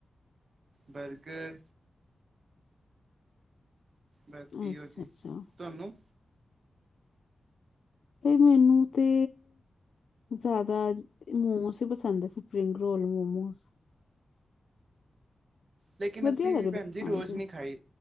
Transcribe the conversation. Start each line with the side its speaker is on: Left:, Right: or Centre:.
Right: ਬਰਗਰ ਬਸ ਇਓ
Left: ਅੱਛਾ
Right: ਜੀ
Left: ਅੱਛਾ
Right: ਤੁਹਾਨੂੰ।
Left: ਨੀ ਮੈਨੂੰ ਤੇ ਜ਼ਿਆਦਾ ਮੋਮੋਸ ਈ ਪਸੰਦ ਸਪਰਿੰਗ ਰੋਲ ਮੋਮੋਸ।
Right: ਲੇਕਿਨ
Left: ਵਧੀਆ
Right: ਅਸੀਂ
Left: ਲੱਗਦੇ
Right: ਭੈਣ
Left: ਆ
Right: ਜੀ
Left: ਖਾਣ
Right: ਰੋਜ਼
Left: ਚ
Right: ਨਹੀ ਖਾਈ।